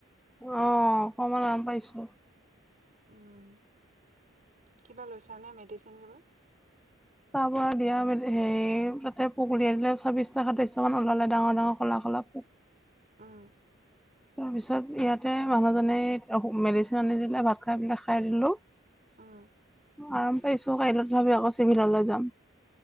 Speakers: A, in the centre; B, on the right.
A: অ' অকণমান আৰম পাইছো।
B: উম, কিবা লৈছা নে মেডিচিন কিবা।
A: তাৰ পৰা দিয়া হেৰি তাতে পোক ওলিয়াই দিলে ছাব্বিছটা সাতাইছটা মান ওলালে ডাঙৰ ডাঙৰ ক'লা। ক'লা পোক।
B: উম।
A: তাৰপিছত ইয়াতে মানুহজনে মেডিচিন আনি দিলে ভাত খাই পিলাক খাই দিলো।
B: উম।
A: আৰাম পাইছো কাইলৈত তথাপিও আকৌ চিভিললৈ যাম